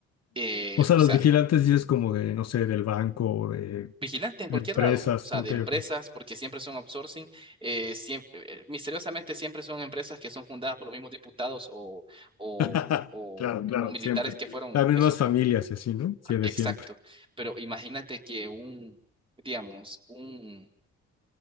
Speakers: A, on the right; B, on the left.
A: Eh,
B: O sea,
A: o sea,
B: los vigilantes dices como de, no sé, del banco o de
A: vigilante en cualquier
B: empresas,
A: lado, o sea,
B: ok,
A: de empresas,
B: ok.
A: porque siempre son outsourcing, eh, siempre, eh, misteriosamente siempre son empresas que son fundadas por los mismos diputados o, o,
B: <laughs>
A: o,
B: Claro, claro,
A: o militares
B: siempre.
A: que fueron,
B: Las mismas
A: que son,
B: familias y así, ¿no? Sí,
A: ah,
B: de
A: exacto,
B: siempre.
A: pero imagínate que un, digamos, un,